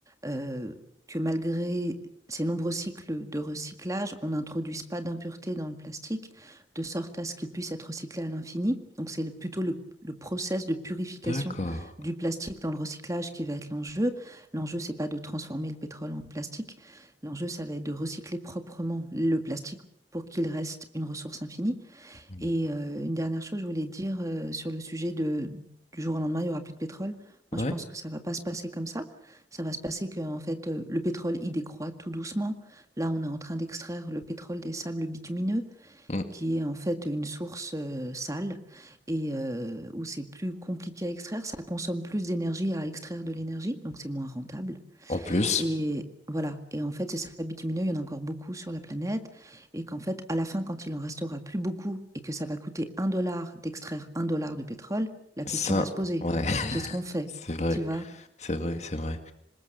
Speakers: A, on the right; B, on the left.
A: euh, que malgré ces nombreux cycles de recyclage, on n'introduise pas d'impuretés dans le plastique de sorte à ce qu'il puisse être recyclé à l'infini. Donc c'est plutôt le, le process de purification
B: D'accord.
A: du plastique dans le recyclage qui va être l'enjeu. L'enjeu, c'est pas de transformer le pétrole en plastique. L'enjeu, ça va être de recycler proprement le plastique pour qu'il reste une ressource infinie.
B: Mhm.
A: Et euh, une dernière chose, je voulais dire euh, sur le sujet de, du jour au lendemain, il n'y aura plus de pétrole. Moi,
B: Ouais.
A: je pense que ça ne va pas se passer comme ça. Ça va se passer que, en fait, euh, le pétrole, il décroît tout doucement. Là, on est en train d'extraire le pétrole des sables bitumineux
B: Mm.
A: qui est en fait une source euh, sale et euh, où c'est plus compliqué à extraire, ça consomme plus d'énergie à extraire de l'énergie, donc c'est moins rentable.
B: En plus,
A: Et voilà, et en fait, ces sables bitumineux, il y en a encore beaucoup sur la planète, et qu'en fait, à la fin, quand il en restera plus beaucoup et que ça va coûter un dollar d'extraire un dollar de pétrole, la question
B: ça,
A: va se poser.
B: ouais, <laughs>
A: Qu'est-ce qu'on fait?
B: c'est vrai,
A: Tu vois?
B: c'est vrai, c'est vrai.